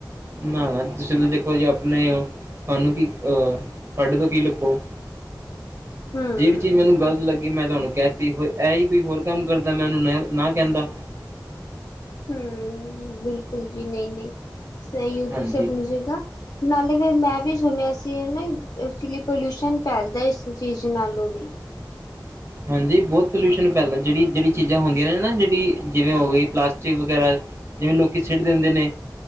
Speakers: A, on the right; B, on the left.
A: ਨਾ, ਤੁਸੀਂ ਤਾਂ ਦੇਖੋ ਜੀ ਆਪਣੇ ਹੋ। ਥੋਨੂੰ ਕੀ, ਤੁਹਾਡੇ ਤੋਂ ਕੀ ਲੱੱਕੋ।
B: <inaudible> <inaudible> ਹੂੰ।
A: ਜਿਹੜੀ ਚੀਜ਼ ਮੈਨੂੰ ਗ਼ਲਤ ਲੱਗੀ ਮੈਂ ਤੁਹਾਨੂੰ ਕਹਿ ਦਿੱਤੀ ਇਹੀ ਕੋਈ ਹੋਰ ਕੰਮ ਕਰਦਾ, ਮੈਂ ਉਹਨੂੰ ਨਾ ਕਹਿੰਦਾ।
B: ਹੂੰ, ਬਿਲਕੁਲ ਜੀ ਨਹੀਂ, ਨਹੀਂ ਸਹੀ ਹੋ
A: ਹਾਂਜੀ
B: ਤੁਸੀਂ ਆਪਣੀ ਜਗ੍ਹਾ ਨਾਲੇ ਫਿਰ ਮੈਂ ਵੀ ਸੁਣਿਆ ਸੀ ਨਾ, ਐਕਚੁਲੀ ਪੋਲਿਊਸ਼ਨ ਫੈਲਦਾ ਇਸ ਚੀਜ਼ ਨਾਲੋਂ ਵੀ।
A: ਹਾਂਜੀ, ਬਹੁਤ ਪੋਲਿਊਸ਼ਨ ਫੈਲਦਾ ਜਿਹੜੀ ਜਿਹੜੀ ਚੀਜ਼ਾਂ ਹੁੰਦੀਆਂ ਨੇ ਨਾ ਜਿਹੜੀ ਜਿਵੇਂ ਹੋ ਗਈ ਪਲਾਸਟਿਕ ਵਗੈਰਾ ਜਿਵੇਂ, ਲੋਕੀ ਛਿੱਡ ਦਿੰਦੇ ਨੇ